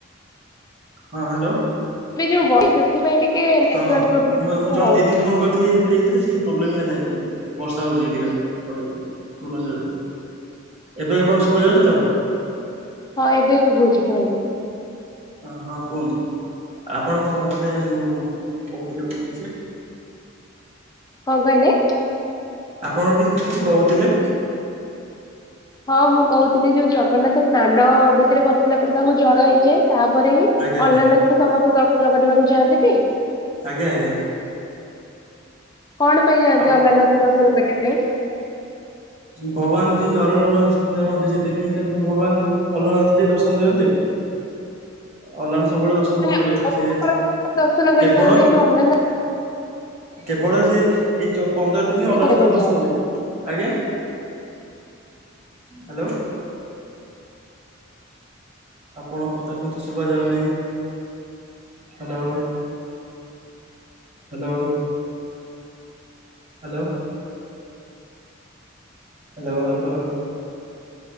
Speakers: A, on the right (about 35°); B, on the left (about 20°).
A: ହଁ ହାଲୋ।
B: ଏଇ ଯୋଉ ବର୍ଷା ସେଥିପାଇଁ ଟିକେ ନେଟୱାର୍କ
A: ହଁ
B: ପ୍ରୋବ୍ଲେମ
A: ମୁଁ
B: ହଉଚି।
A: <unintelligible> ସେଇ ପ୍ରୋବ୍ଲେମ ହେଲା ସେମିତି ବର୍ଷା ହଉଚି ବୋଲିକା ଆପଣ ସେଠି ପୂର୍ଣ୍ଣଛେଦ ଏବେ ଆପଣଙ୍କୁ ଶୁବା ଯାଉଛି ତ?
B: ହଁ ଏବେ ଶୁବୁଚି ତାହା ହେଲେ।
A: ହଁ ହଁ କୁହନ୍ତୁ ଆପଣ କଣ କହୁଥିଲେ ଯୋଉ କହୁଥିଲେ କଣ କିଛି?
B: କଣ କହିଲେ?
A: ଆପଣ ପ୍ଲିଜ୍ କିଛି କହୁଥିଲେ?
B: ହଁ ମୁଁ କହୁଥିଲି ଯୋଉ ଜଗନ୍ନାଥ ସ୍ନାନ ବେଦୀରେ ବସିଲା ପରେ ତାଙ୍କୁ ଜର ହେଇଯାଏ ତାପରେ ହିଁ
A: ଆଜ୍ଞା
B: ଥିଲାରନାଥଙ୍କୁ
A: ଆଜ୍ଞା
B: ସମସ୍ତେ ଦର୍ଶନ କରିବାକୁ ଚାହାନ୍ତି ଟି?
A: ଆଜ୍ଞା ଆଜ୍ଞା।
B: କଣ ପାଇଁ ଯାଆନ୍ତି
A: ଆଉ
B: ଅଲାନାଥ ଦର୍ଶନ କରିବା ପାଇଁ?
A: ଭଗବାନ ଯିଏ ଜରରେ ରହନ୍ତି <unintelligible> ଏଟା ଭଗବାନ ଅଲାରନାଥ ଟିକେ ଦର୍ଶନ ଦିଅନ୍ତେ। ଅଲାରନାଥ ସବୁବେଳ ଦର୍ଶନ ବନ୍ଦ୍
B: ମାନେ ଅଲଗା
A: ରୁହେ ସେ
B: ଠାକୁରଙ୍କୁ ଦର୍ଶନ କରିପାରନ୍ତି
A: କେବଳ
B: କିନ୍ତୁ ଅଲାରନାଥ
A: କେବଳ ସେଇ ଏଇ ଚ ପନ୍ଦର ଦିନ ଅଲନାଥ
B: ପାଇଁ
A: ଦର୍ଶନ
B: ଯାଆନ୍ତି?
A: ହୁଏ। ଆଜ୍ଞା ହାଲୋ। ଆପଣ କଥା ତ ଶୁବାଯାଉନାହିଁ hello. Hello. Hello. Hello hello.